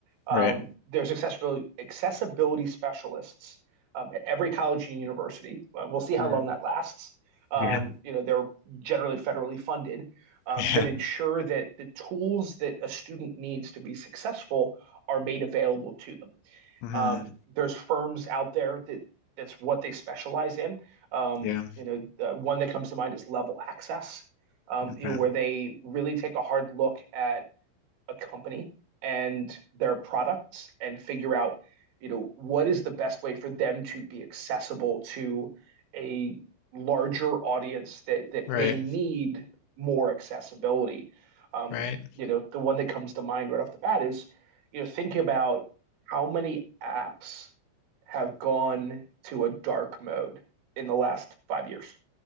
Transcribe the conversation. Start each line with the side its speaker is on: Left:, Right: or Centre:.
Right: Um,
Left: right.
Right: there's accessibility accessibility specialists um, at every college and university. Uh, We'll see how
Left: Mm,
Right: long that lasts. Um,
Left: yeah.
Right: you know, they're generally federally funded
Left: <laughs>
Right: um, that
Left: Yeah.
Right: ensure that the tools that a student needs to be successful are made available to them.
Left: hmm
Right: Um, there's firms out there that that's what they specialize in. Um,
Left: Yeah.
Right: you know, the one that comes to mind is Level Access, um,
Left: Okay.
Right: you know, where they really take a hard look at a company and their products and figure out, you know, what is the best way for them to be accessible to a larger audience that that
Left: Right.
Right: may need more accessibility. Um,
Left: Right.
Right: you know, the one that comes to mind right off the bat is, you know, think about how many apps have gone to a dark mode in the last five years.